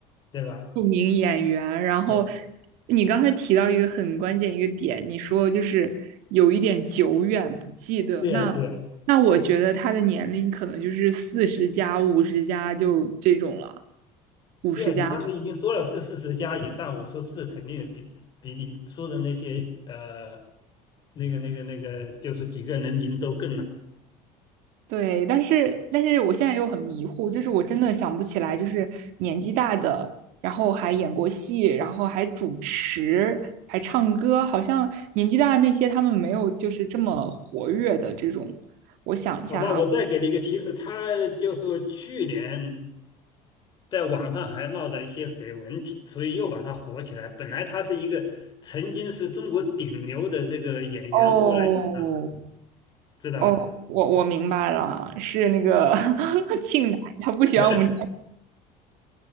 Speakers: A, on the left; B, on the right.
A: 对吧？
B: 冰著名演员。然后
A: 对
B: 你刚才提到一个很关键一个点，你说就是有一点久远不记得。
A: 对呀对呀
B: 那那我觉得他的年龄可能就是四十加、五十加就这种了，五十加。
A: 对呀，你刚才已经说了是四十加以上，我说是肯定比比你说的那些呃那个那个那个就是几个人名都更难。
B: 对，但是但是我现在又很迷糊，就是我真的想不起来，就是年纪大的，然后还演过戏，然后还主持，还唱歌，好像年纪大的那些他们没有就是这么活跃的这种。我想一下哈，
A: 好吧，我再给你一个提示，他就是去年在网上还闹的一些绯闻体，所以又把他火起来。本来他是一个曾经是中国顶流的这个演员，
B: 哦
A: 后来啊，知道了哈。
B: 哦，我我明白了，是那个 <laughs> 庆奶，他不喜欢我们。
A: <laughs>